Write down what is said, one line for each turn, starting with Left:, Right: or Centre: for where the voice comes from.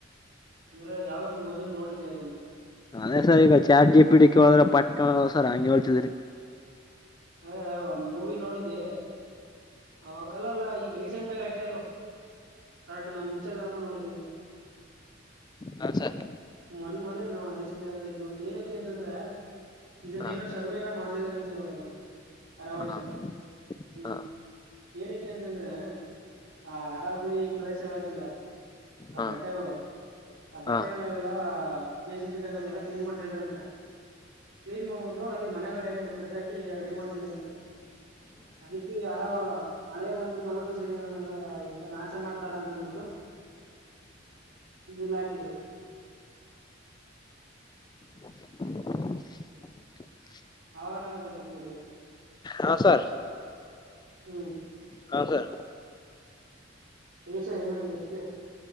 Right: ಅಂದ್ರೆ ಯಾವ್ದ ಒ್ ಮೂವಿಲ್ ನೋಡಿದಿ ಅದನ್ನ
Left: ಅದೇ ಸರ್ ಈಗ ಚಾ ಜಿ ಪಿಡಿ ಕೇಳೋದ್ರ ಪಟ್ಟ ಸರ್ ಹಂಗಗೆ ಹೇಳ್ಸಿದ್ರಿ
Right: ಹಾ ಅ ಒಂದ್ ಮೂವಿಲ್ ನೋಡಿದಿ ಅವಾಗ ಅಲ್ಲ ಅಲ್ಲಾ ಈಗ ರೀಸೆಂಟ್ ಆಗ ಆಯ್ತ ಅದು ಕರೆಕ್ಟ್ ಇನ್ಸ್ಟಾಗ್ರಾಮ್ ನೋಡಿದ್ದಿ ಅದನ್ನು
Left: ಹಾ ಸರ್
Right: ಮೊನ್ ಮೊನೇನು ರೀಸೆಂಟ್ ಆಗ ಇದ್ ನೋಡುದು ಏನಕ್ಕೆ ಅಂತಂದ್ರೆ ಇದನ್ನ
Left: ಹಾ
Right: ಏನೋ ಅವ ಏನೋ ಮಾಡ್ತಿದಾರ ಅಂತ ಇವಾಗ ಅದನ್ನ ಹರಾವಳಿನ
Left: ಹಾ
Right: ಹ್ಮ್
Left: ಹಾ
Right: ಏನಕ್ಕೆ ಅಂತಂದ್ರೆ ಆ ಅರಾವಳಿ ಪ್ರದೇಶಗಳಾಯ್ತಲ್ಲ ಆ
Left: ಹಾ
Right: ಬೆಟ್ಟೆಗಳು ಆ ಬೆಟ್ಟೆಗಳೆಲ್ಲ
Left: ಹಾ
Right: ಜ ಸಿ ಪಿ ತಂತೆ ಎಲ್ಲ ಕ್ಲೀನ್ ಮಾಡ್ತಾ ಇದಾರ ಅಂತ ಕ್ಲೀನ್ ಮಾಡುದು ಅಲ್ಲಿ ಮನೆಗಳ ಏನ ಕಟ್ಟಾಕಿ ರೆಡಿ ಮಾಡ್ಸಿದಾರ ಅಂತ ಅದಕ್ಕೆ ಯಾರ ಹಳೆ ಒಂದು ಪರ್ವತ ಶ್ರೇಣಿಗಳನೆಲ್ಲ ಈತರ ನಾಶ ಮಾಡ್ತಾರ ಅಂತನ್ಬಿಟ್ಟು ಇಲ ಹಾಕಿದ್ರು
Left: <inaudible>
Right: ಆವಾಗ ನಂಗಗೆ ಅದ್ರ ಬಗ್ಗೆ ಗೊತ್ತಾಯ್ತು
Left: ಹಾ ಸರ್
Right: ಹ್ಮ್
Left: ಹಾ ಸರ್
Right: ಎಸ ಇನ ನೆಕ್ಸ್ಟ್